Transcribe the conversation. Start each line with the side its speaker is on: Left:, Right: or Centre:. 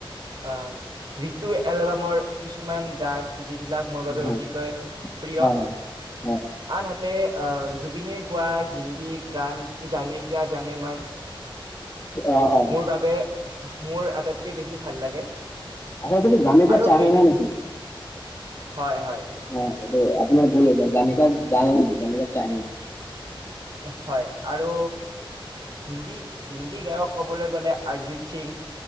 Right: আহ ঋতু এলবামৰ কিছুমান গান। যিবিলাক মোৰ বাবে
Left: হয় হয়
Right: অতিকৈ প্ৰিয়
Left: হয় হয়। হয়
Right: আনহাতে তে' আহ জুবিনে গোৱা হিন্দী গান জানে কিয়া জানে মান।
Left: অহ'।
Right: মোৰ বাবে মোৰ আটাইতকে বেছি ভাল লাগে।
Left: আগৰ খিনি জানে
Right: আৰু
Left: কিয়া চাহে
Right: বেলেগ
Left: মান আছিল।
Right: হয়, হয়,
Left: অ', এইটো আপোনাৰ ভুল হৈছে <unintelligible>
Right: হয়, আৰু হিন্দী হিন্দী গায়ক ক'বলৈ গ'লে অৰিজিত সিং